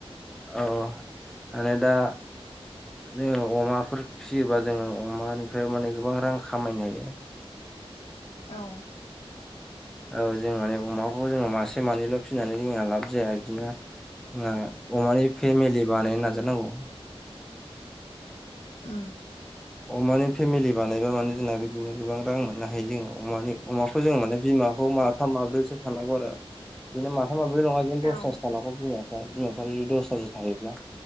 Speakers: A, in the centre; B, on the left.
A: औ माने दा जोङो अमाफोर फिसियोबा जोङो अमानिफ्राय माने गोबां रां खामायनो हायो।
B: औ
A: औ जों माने अमाखौ जोङो मासे मानैल' फिसिनानै जोङा लाब जाया बिदिनो जोङा अमानि फेमिलि बानायनो नाजानांगौ।
B: ओ
A: अमानि फेमिलि बानायबा माने जोंना बिदिनो गोबां रां मोननो हायो जोङो अमानि अमाखौ जों माने बिमाखौ मा थाम माब्रैसो थानांगौ आरो बिदिनो माथाम माब्रैल' नङा इदिनो दसथासो
B: औ
A: थानांगौ बिमाया। बिमाफ्रानो दसतासो थायोब्ला